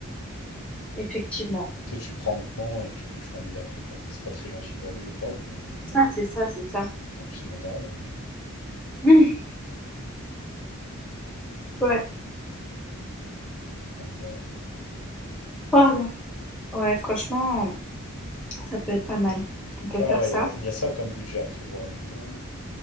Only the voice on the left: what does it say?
Tu sais, tu le prends maintenant et tu peux toujours l'annuler après, quoi. C'est pas très gentil pour lui, le pauvre, mais euh, voilà.
en plus, c'est mon daron, mais...
Donc bon.
Tu vois,
ouais,
il y a, il y a ça comme budget à prévoir, du coup.